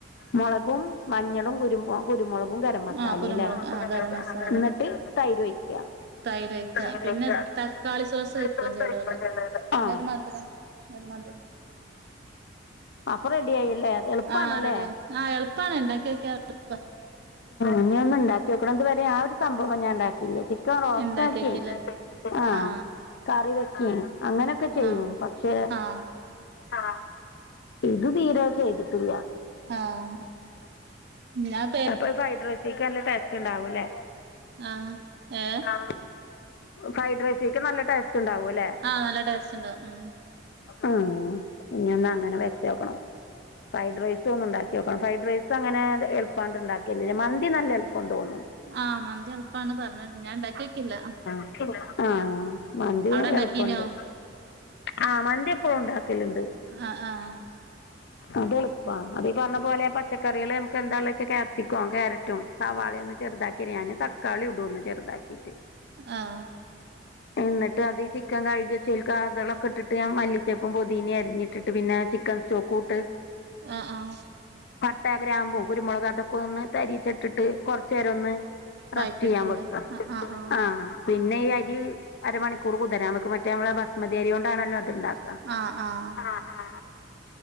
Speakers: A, on the left (about 60°); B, on the right (about 60°).
A: മുളകും മഞ്ഞളും കുരുമ കുരുമുള കരം മസാലല്ലേ
B: ആ കുരുമുളക് ആ ഗരം മസാലയും
A: എന്നിട്ട് തൈര് ഒയ്ക്ക
B: തൈര് ഒഴിക്ക
A: കയിലേക്ക
B: പിന്നെ തക്കാളി സോസ് ഒഴിക്കും
A: ദസ
B: ചെലോല്
A: ഇണ്ടല്ലത ആ
B: ഒരു മധുരം ഒരു മധുരം
A: അ അല്ലെ അത് എളുപ്പണ്ല്ലേ
B: ആ റെഡി ആ എളുപ്പാണ് ഇണ്ടാക്കി നോക്കിയാ എളുപ്പ
A: ഇനി ഒന്ന്ണ്ടാക്കിയോക്കണം എതു വരെ ആ ഒരു സംഭവം ഞാ ഉണ്ടാക്കി ചിക്കൻ റോസ്റ്റ്
B: ഇണ്ടാക്കി
A: ആക്കിയ
B: നോക്കിയല്ലേ
A: ആഹ
B: ആ
A: കറി വെക്ക അങ്ങനെയൊക്കെ ചെയ്യും
B: ആ
A: പക്ഷെ
B: ആ
A: ആ ഇത് തീരെ ചെയ്തിട്ടില്ല
B: ആഹ ഞാൻ പ
A: അപ്പൊ ഫൈഡ് റൈസക്ക് നല്ല ടെസ്റ്റ് ഉണ്ടാവല്ലേ
B: ആഹ് ഏഹ്
A: ആ ഫ്രൈഡ് റൈസക്ക നല്ല ടേസ്റ്റ് ഉണ്ടാവും അല്ലേ
B: ആഹ് നല്ല ടേസ്റ്റ് ഉണ്ടാവും ഉം
A: ആ ഇനി ഒന്ന് അങ്ങനെ വെച്ചോക്കണം ഫ്രൈഡ് റൈസ് ഉണ്ടാക്കി നോക്കണം ഫ്രൈഡ് റൈസ് അങ്ങന എളുപ്പമണ്ട്ണ്ടാക്കിയല്ല മന്തി നല്ല എുൾപ്പം തോന്നുന്നു
B: ആഹ മന്തി എല്പ്പന്ന് പറഞ്ഞ് ഞാൻ ഉണ്ടാക്കിക്കില്ല
A: ആഹ മന്തി
B: ഇണ്ടാക്കീനോ
A: എളുപ്പുണ്ട് ആഹ മന്തി എപ്പഴും ഉണ്ടാക്കലണ്ട്
B: ആഹ് ആഹ്
A: അത് എളുപ്പം അതീ പറഞ്ഞ പോലെ പച്ചക്കറികള് നമുക്ക് എന്താള്ളേച്ച ക്യാപ്‌സിക്കവും ക്യാരറ്റും സവാളിയ ഒന്നും ചെറുതാക്കി ഞാന് തക്കാളി ഇടും ഒന്ന് ചെറുതാക്കിയിട്ട്
B: ആഹ
A: എന്നിട്ട് അത് ഈ ചിക്കൻ കഴുകച്ചേൽക്ക അതളൊക്കെ ഇട്ടിട്ട് ഞാൻ മല്ലിച്ചേപ്പും പൊതീനെ അരിഞ്ഞിട്ടിട്ട് പിന്നെ ചിക്കൻ സ്റ്റോക്കൂട്ട്
B: ആഹ ആഹ
A: ഇ ഗ്രാമ്പും കുരുമുളക് അതൊക്കെ ഒന്ന് തരിച്ചിട്ടിട്ട് കൊറച്ചേരോന്ന് ഒന്ന്
B: വായിക്ക്
A: റസ്റ്റ് ചെയ്യാൻ
B: എടുക്കൂല്ലേ
A: വെക്ക
B: ആഹ് ആഹ്
A: ആ പിന്നെ ഈ അരി അരമണിക്കൂർ കുതിരം നമക്ക് മറ്റേ നമ്മള് ബസ്മതിയരിയ കൊണ്ടാണല്ലോ അത്ണ്ടാ
B: ആഹ് ആഹ് ആഹ്
A: ആഹ ആ